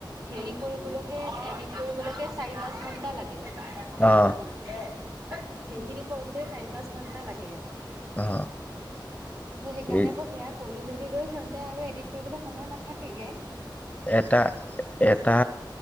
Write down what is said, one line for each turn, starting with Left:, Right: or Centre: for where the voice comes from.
Right: হেৰি কৰিবলৈকে, এডিট কৰিবলৈকে চাৰি পাঁচ ঘন্টা লাগে। সেইখিনি
Left: অ
Right: কৰোঁতে চাৰি পাঁচ ঘন্টা লাগে। তাৰপিছত
Left: অ
Right: সেইকাৰণে
Left: এই
Right: আকৌ সেয়া কৰি মেলি লৈ সিহঁতে আৰু এডিলট কৰিবলৈ সময় নাথাকেগে।
Left: এটা এটা